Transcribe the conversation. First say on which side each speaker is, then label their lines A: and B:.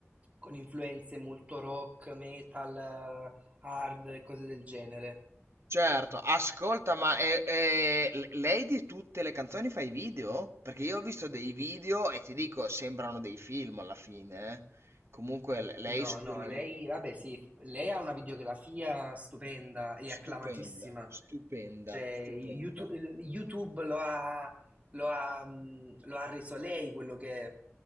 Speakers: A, on the right (about 30°); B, on the right (about 60°).
A: con influenze molto rock, metal, eh, hard e cose del genere.
B: Certo, ascolta, ma eh, eh, l- lei di tutte le canzoni fa i video? Perché io ho visto dei video e ti dico, sembrano dei film alla fine. eh. Comunque, l- lei
A: No,
B: su quello
A: no, lei,
B: lì,
A: vabbè, sì, lei ha una videografia stupenda e acclamatissima.
B: stupenda, stupenda,
A: Cioè,
B: stupenda.
A: YouTube, YouTube lo ha, lo ha, mh, lo ha reso lei quello che è.